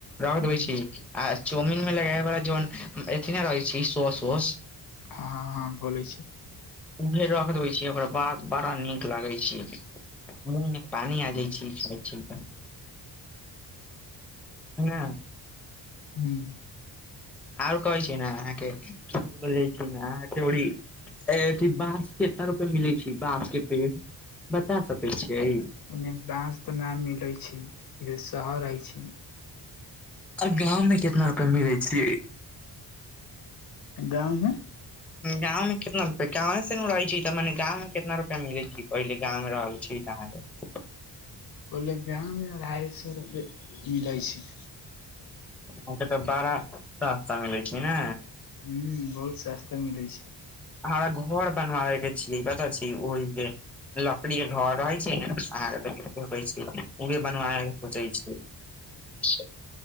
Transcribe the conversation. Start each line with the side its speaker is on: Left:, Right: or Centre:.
Centre: रख
Left: हुं
Centre: देबै छी आ चाउमिन मे लगाब बला जन अथि ने रहै छै सोस वौस
Left: हँ हँ बोलै छी
Centre: उहे रख देबै छियै ओकर बाद बड़ा नीक लागै छै मूंह में पानी आ
Left: हुं
Centre: जाइ छी सुनय छी त ने
Left: हूम्म
Centre: आओर कहै छै ने अहाँके की बोललै कि ना अहाँ के ओरी अथि बाँस केतना रूपैये मिलै छै बाँस के पेड़ बता सकै छियै
Left: एन्ने बाँंस तऽ न मिले छै ई तऽ शहर हय छै
Centre: आ गाँव मे कितना रुपैये मिलै छियै।
Left: गाँवमे
Centre: गाँंव मे कितना रुपैए गावें से ने रहै छै तऽ मने गाँव मे कितना रुपैए मिलै छै पहिले गाँव मे रहल छी <unintelligible>
Left: बोले गाँव मे अढ़ाइ सौ रुपए मिलै छै
Centre: अहाँके तऽ बारा सस्ता मिलैत छै ने
Left: हूम्म बहुत सस्ता मिलै छै
Centre: हमरा घर बनवाबे के छियै कतऽ छी ओहि जे लकड़ी के घर रहै छै ने अहाँके उहे बनबावय के सोचै छियै सब